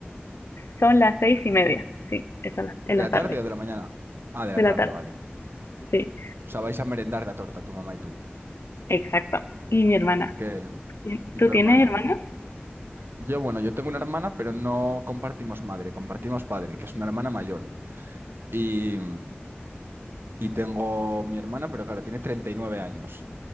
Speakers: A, on the left (about 80°); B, on the right (about 65°).
A: Son las seis y media, sí, eso en la en
B: ¿De
A: la
B: la
A: tarde,
B: tarde o de la mañana? Ah, de
A: de
B: la
A: la
B: tarde,
A: tarde,
B: vale. O
A: sí,
B: sea, vais a merendar la torta, tu mamá y tú.
A: exacto. Y mi hermana.
B: ¿Qué?
A: Bien.
B: ¿Y
A: ¿Tú
B: tu
A: tienes
B: hermana?
A: hermanos?
B: Yo, bueno, yo tengo una hermana, pero no compartimos madre, compartimos padre, que es una hermana mayor. Y, y tengo mi hermana, pero claro, tiene 39 años.